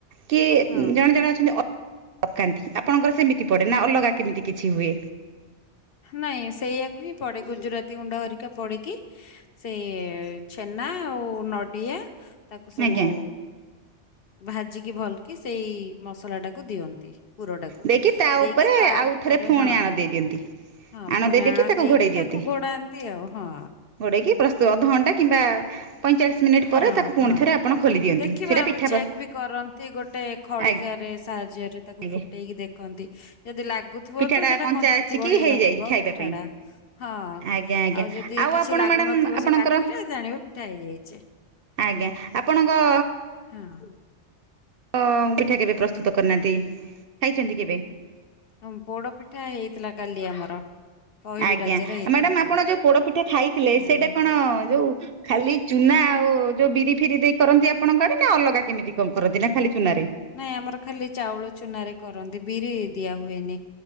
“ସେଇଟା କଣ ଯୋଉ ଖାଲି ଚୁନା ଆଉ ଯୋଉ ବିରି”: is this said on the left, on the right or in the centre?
Right